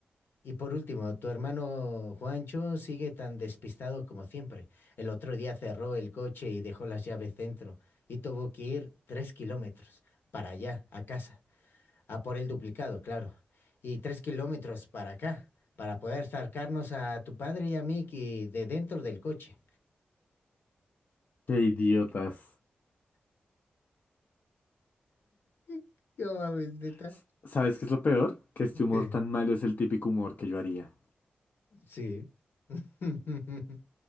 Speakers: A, on the left; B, on the left.
A: Y por último, tu hermano Juancho sigue tan despistado como siempre. El otro día cerró el coche y dejó las llaves dentro y tuvo que ir tres kilómetros para allá, a casa, a por el duplicado, claro, y tres kilómetros para acá, para poder sacarnos a tu padre y a mí que- de dentro del coche.
B: Qué idiotas.
A: <laughs> No mames, neta.
B: S- ¿Sabes qué es lo peor? Que este humor
A: ¿Qué?
B: tan malo es el típico humor que yo haría.
A: Sí. <laughs>